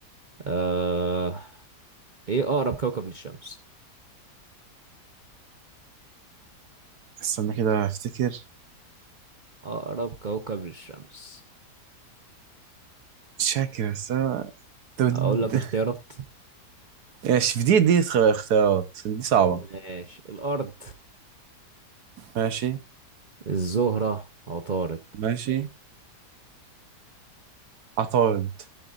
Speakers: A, on the right; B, on the right.
A: آه... ايه اقرب كوكب للشمس
B: استنى كده افتكر
A: اقرب كوكب للشمس
B: شاكر بس أنا- طب <laughs>
A: اقول لك اختيارات
B: ماشي في دي دي اختيارات دي صعبة
A: ماشي الارض
B: ماشي
A: الزهرة عطارد
B: ماشي عطارد